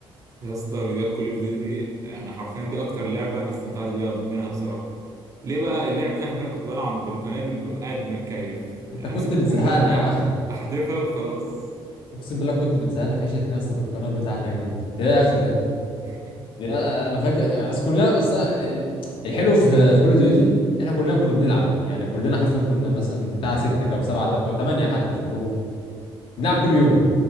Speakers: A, on the right; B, on the left.
A: يا اسطى فيديوهات كل اوف ديوتي دي يعني حرفيا دي اكتر لعبه انا استمتعت بيها منها بصراحه ليه بقى اللعبه دي حرفيا كنت بلعب بالقنابل ببقى قاعد متكيف
B: انت
A: امسك
B: كنت
A: القنبله
B: بتزهقنا
A: بتاعتي
B: يا اخي
A: احذفها وخلاص
B: اقسم بالله كنت بتزهقنا في عيشتنا يا اسطى بالقناه بتاعتك دي انت يا اخي ده
A: <laughs>
B: يا- انا فاكر اصل كلنا اصلا ال- الحلو في في كول اوف ديوتي احنا كلنا كنا بنلعب يعني كلنا حرفيا كنا مثلا بتاع ستة او سبعة او ثمانية حتى في الروم بنلعب كل يوم